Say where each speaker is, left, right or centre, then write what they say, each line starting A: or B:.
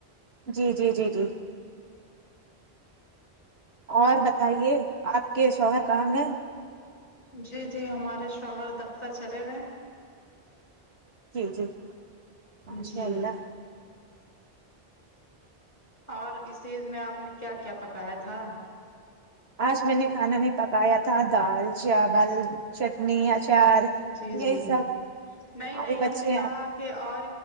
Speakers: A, on the right; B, on the left.
A: جی جی جی جی اور بتائیے آپ کے شوہر کہاں گے
B: جی جی ہمارے شوہر دفتر چلے گئے
A: جی جی ماشاء
B: جی
A: اللہ
B: اور اس ایج میں آپ نے کیا کیا پکایا تھا
A: آج میں نے کھانا میں پکایا تھا دال چاول چٹنی اچار
B: جی جی
A: یہی سب
B: نہیں نہیں
A: آبھی
B: ہم
A: بچے
B: نے کہا
A: ہیں
B: اور